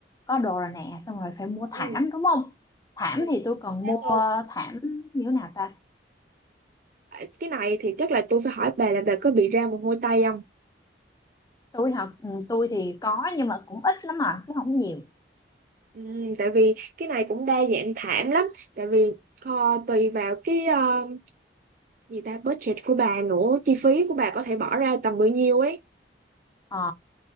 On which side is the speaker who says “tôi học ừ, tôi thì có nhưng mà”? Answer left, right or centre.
Left